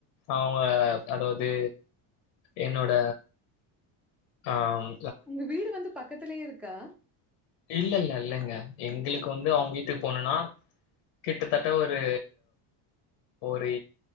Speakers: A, on the left; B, in the centre.
A: அவுங்க அதாவது என்னோட ஆ ம்
B: உங்க வீடு வந்து பக்கத்துலேயே இருக்கா
A: இல்ல இல்ல இல்லங்க எங்களுக்கு வந்து அவுங்க வீட்டுக்கு போணுன்னா கிட்டத்தட்ட ஒரு ஒரு